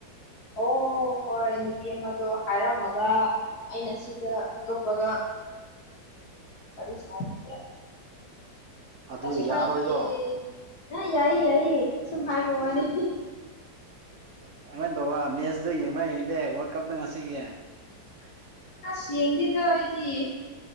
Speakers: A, on the left (about 60°); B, on the right (about 60°).
A: ꯑꯣ ꯍꯣꯏ ꯅꯨꯄꯤ ꯑꯃꯗꯣ ꯍꯥꯏꯔꯝꯃꯒ ꯑꯩꯅ ꯁꯤꯗ ꯑꯇꯣꯞꯄꯒ ꯋꯥꯔꯤ ꯁꯥꯔꯒ ꯑꯌꯣ
B: ꯑꯗꯨ
A: ꯀꯩꯁꯨ
B: ꯌꯥꯔꯣꯏꯔꯣ
A: ꯀꯥꯏꯗꯤꯌꯦ ꯑꯥ ꯌꯥꯏꯌꯦ ꯌꯥꯏꯌꯦ ꯁꯨꯝ ꯍꯥꯏꯕꯋꯥꯅꯤ
B: ꯎꯝ
A: ꯍꯤꯡ
B: <unintelligible>
A: ꯑꯁ ꯌꯦꯡꯗꯦꯗ ꯑꯩꯗꯤ